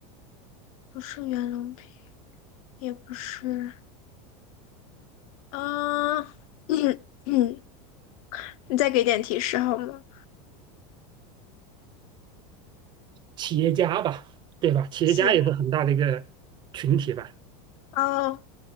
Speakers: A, on the left; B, on the right.
A: 不是袁隆平，也不是。嗯，嗯嗯，你再给点提示好吗？
B: 企业家吧，对吧？企业家也是很大的一个群体吧。
A: 七，
B: <laughs>
A: 哦，